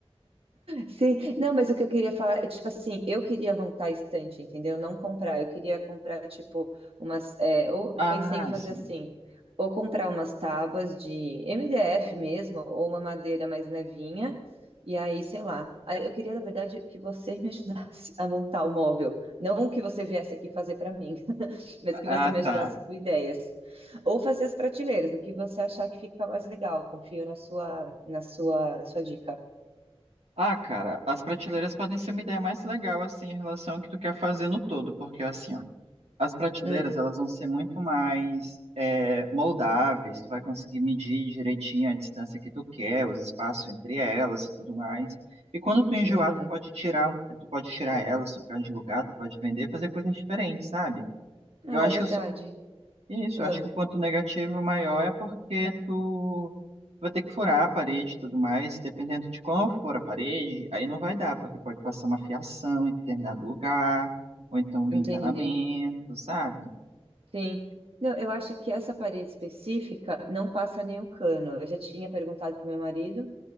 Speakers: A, on the right (about 65°); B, on the right (about 80°).
A: Sim, não, mas o que eu queria falar é, tipo assim, eu queria montar estante, entendeu? Não comprar, eu queria comprar, tipo, umas, é, ou eu
B: Ah,
A: pensei em fazer
B: sim.
A: assim, ou comprar umas tábuas de MDF mesmo, ou uma madeira mais levinha, e aí, sei lá, Aí eu queria, na verdade, que você me ajudasse a montar o móvel, não que você viesse aqui fazer para mim, <laughs> mas que
B: Ah,
A: você me ajudasse
B: tá.
A: com ideias, ou fazer as prateleiras, o que você achar que fica mais legal, confio na sua, na sua, na sua dica.
B: Ah, cara, as prateleiras podem ser uma ideia mais legal, assim, em relação ao que tu quer fazer no todo, porque, assim, ó, as prateleiras,
A: Hum,
B: elas vão ser muito mais é, moldáveis, tu vai conseguir medir direitinho a distância que tu quer, os espaços entre elas e tudo mais. E quando tu enjoar,
A: uhum.
B: tu pode tirar, um, tu pode tirar elas, trocar de lugar, tu pode vender, fazer coisas diferentes, sabe?
A: Ah,
B: Eu acho
A: verdade.
B: que os isso,
A: Ah,
B: eu acho que o ponto negativo maior é porque tu vai ter que furar a parede e tudo mais, dependendo de qual for a parede, aí não vai dar, porque pode passar uma fiação em determinado lugar, ou então um
A: entendi.
B: encanamento, sabe?
A: Sim. Não, eu acho que essa parede específica não passa nenhum cano. Eu já tinha perguntado para meu marido